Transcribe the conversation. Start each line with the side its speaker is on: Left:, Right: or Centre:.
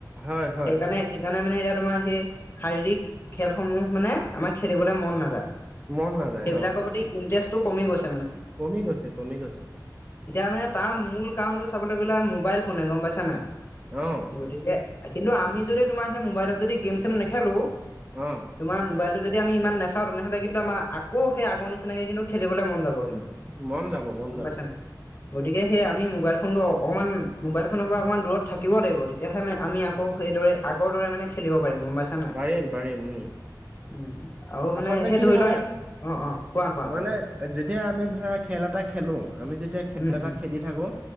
Right: হয় হয়
Left: সেইকাৰণে সেইকাৰণে মানে এতিয়া তোমাৰ সেই শাৰীৰিক খেলসমূহ মানে আমাৰ খেলিবলে মন নাযায়
Right: মন নাযায়
Left: সেইবিলাকৰ
Right: অ
Left: প্ৰতি ইন্টাৰেষ্টও কমি গৈছ-
Right: কমি গৈছে কমি গৈছে।
Left: এতিয়া মানে তাৰ মূল কাৰণটো চাবলৈ গ'লে মোবাইল ফোনে গম পাইছা নাই।
Right: অ',
Left: গতিকে কিন্তু আমি যদি তোমাৰ সেই মোবাইলত যদি গেম চেম নেখেলোঁ
Right: অ',
Left: তোমাৰ মোবাইলটো যদি য আমি ইমান নাচাওঁ তেনেহ'লে কিন্তু আমাৰ আকৌ সেই আগৰ নিচিনাকৈ কিন্তু খেলিবলৈ মন যাব কিন্তু
Right: মন যাব মন
Left: গম
Right: যাব
Left: পাইছা নাই। গতিকে সেই আমি মোবাইল ফোনটো অকণমান মোবাইল ফোনৰ পৰা অকণমান দূৰত থাকিব লাগিব তেতিয়াহে আমি আকৌ সেই সেই আগৰ দৰে মানে খেলিব পাৰিম গম পাইছা নাই
Right: পাৰিম পাৰিম উম,
Left: উ আৰু
Right: আচলতে
Left: মানে সেই
Right: কি
Left: ধৰি
Right: হয়
Left: লোৱা অ অ কোৱা কোৱা
Right: মানে
Left: কোৱা
Right: যেতিয়া আমি ধৰা খেল এটা খেলো আমি যেতিয়া খেল
Left: উম
Right: এটা
Left: উম
Right: খেলি থাকো